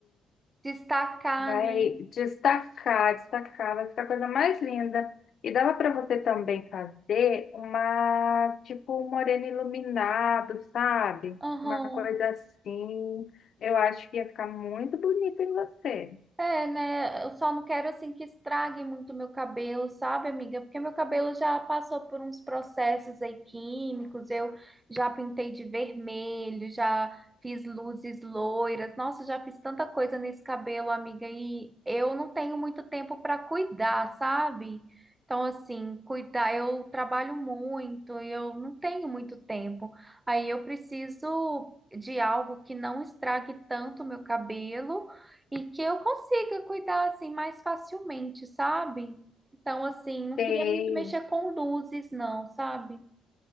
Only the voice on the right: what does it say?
Destacar,
né?
Aham.
É, né? Eu só não quero assim que estrague muito meu cabelo, sabe, amiga? Porque meu cabelo já passou por uns processos aí químicos, eu já pintei de vermelho, já fiz luzes loiras. Nossa, já fiz tanta coisa nesse cabelo, amiga, e eu não tenho muito tempo para cuidar, sabe? Então, assim, cuidar, eu trabalho muito, e eu não tenho muito tempo. Aí eu preciso de algo que não estrague tanto o meu cabelo e que eu consiga cuidar assim mais facilmente, sabe? Então, assim, não
queria muito mexer com luzes, não, sabe?